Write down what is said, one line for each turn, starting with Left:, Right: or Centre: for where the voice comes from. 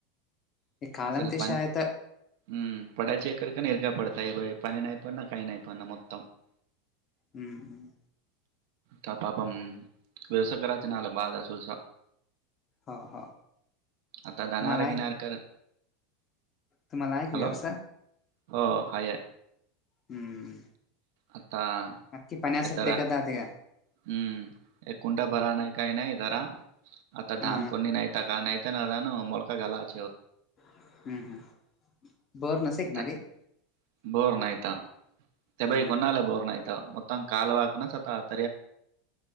Left: हे कालम
Right: असल
Left: तशे
Right: पान.
Left: आहेत
Right: <unintelligible>
Left: हम्म हम्.
Right: का पापम विवस कराचनला बाधा सुलसा.
Left: हो हो
Right: आता दधनार
Left: तुम्हाला आहे
Right: घिन
Left: की
Right: कर.
Left: तुम्हाला आहे की
Right: हॅलो
Left: व्यवस
Right: हो हाय.
Left: हम्म.
Right: आता,
Left: <unintelligible>
Right: हे तर हम्म, ये कुंडा भरा नाही काही नाही जरा, आता धान
Left: हा
Right: कोणी नाही‌. <unintelligible> दं मुलका गालाच.
Left: हम्म हम्म बर नसे की
Right: आता
Left: मारी <unintelligible>
Right: बोर नाहीता त्या
Left: हा
Right: बाई कोणा आला बोर नाहीता मगतांग काल वाकणचता <unintelligible>